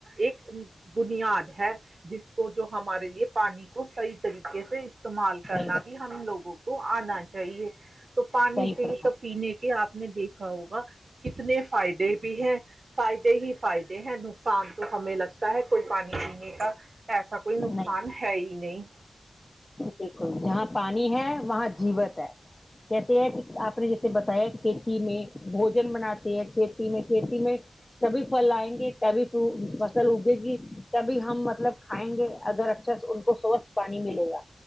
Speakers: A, on the right; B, on the left.
A: ایک دنیا ہے جس کو جو ہمارے لیے پانی کو صحیح طریقے سے استعمال کرنا
B: صحیح
A: بھی ہم لوگوں کو آنا چاہیے تو پانی
B: صحیح
A: چاہیے
B: فرما
A: تو پینے کے کہ آپ نے دیکھا ہوگا کتنے فائدے بھی ہیں فائدے ہی فائدے ہیں نقصان تو ہمیں لگتا ہے کوئی پانی پینے کا ایسا کوئی نقصان
B: نہیں
A: ہے ہی نہیں
B: بالکل جہاں پانی ہے وہاں جیوت ہے کہتے ہیں کہ آپ نے جیسے بتایا کھیتی میں بھوجن بناتے ہیں کھیتی میں کھیتی میں تبھی پھل آئیں گے تبھی فرو فصل اگے گی تبھی ہم مطلب کھائیں گے اگر اچھا ان کو سوستھ پانی ملے گا